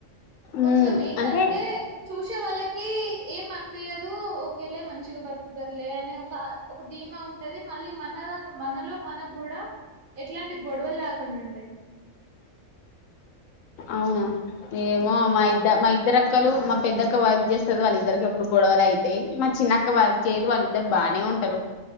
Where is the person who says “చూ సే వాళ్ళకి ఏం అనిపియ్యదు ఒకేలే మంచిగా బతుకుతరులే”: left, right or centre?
Right